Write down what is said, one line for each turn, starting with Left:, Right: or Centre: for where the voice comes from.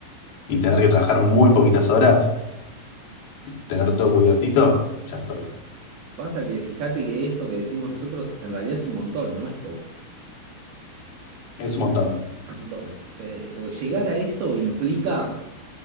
Left: y tener que trabajar muy poquitas horas, tener todo cubiertito, ya estoy.
Right: Pasa que fíjate que eso que decimos nosotros en realidad es un montón, no es poco.
Left: Es un montón.
Right: Es un montón, Fede, porque llegar a eso implica